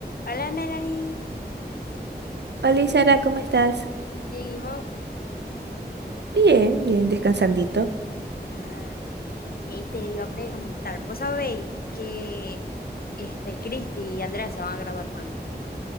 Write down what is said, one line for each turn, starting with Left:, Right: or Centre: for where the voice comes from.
Left: Hola Melanie,
Right: Hola Sara, ¿cómo estás?
Left: bien y vos.
Right: Bien, bien, descansandito.
Left: Ah, y te iba a preguntar, ¿vos sabéis que este Cristi y Andrea se van a graduar pronto?